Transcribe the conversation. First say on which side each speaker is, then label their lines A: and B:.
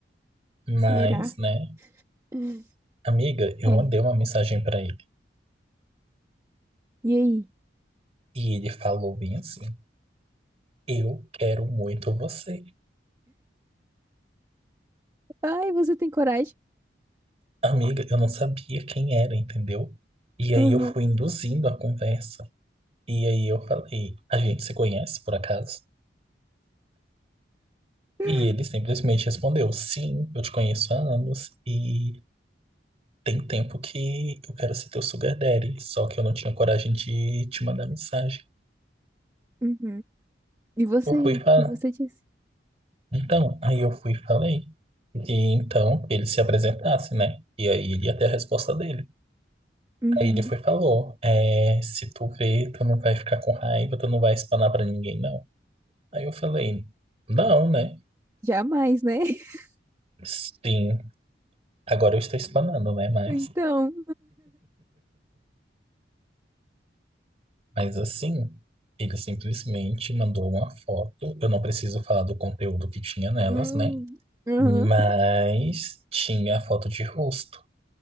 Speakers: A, on the right; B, on the right.
A: Mas,
B: Será?
A: né,
B: Hum.
A: amiga, eu
B: É.
A: mandei uma mensagem pra ele.
B: E aí?
A: E ele falou bem assim. Eu quero muito você.
B: Ai, você tem coragem?
A: Amiga, eu não sabia quem era, entendeu? E aí
B: Aham.
A: eu fui induzindo a conversa. E aí eu falei, a gente se conhece por acaso?
B: <laughs>
A: E ele simplesmente respondeu, sim, eu te conheço há anos e tem tempo que eu quero ser teu sugar daddy, só que eu não tinha coragem de te mandar mensagem.
B: Uhum. E você,
A: Eu fui
B: o
A: falar.
B: que você disse?
A: Então, aí eu fui e falei que então ele se apresentasse, né? E aí ele ia ter a resposta dele.
B: Uhum.
A: Aí ele foi e falou, é, se tu crer, tu não vai ficar com raiva, tu não vai espanar pra ninguém, não. Aí eu falei, não, né?
B: Jamais, né? <laughs>
A: Sim, agora eu estou espanando, né? Mas,
B: Então.
A: mas assim, ele simplesmente mandou uma foto, eu não preciso falar do conteúdo que tinha nelas,
B: hum,
A: né?
B: Aham,
A: Mas tinha a foto de rosto.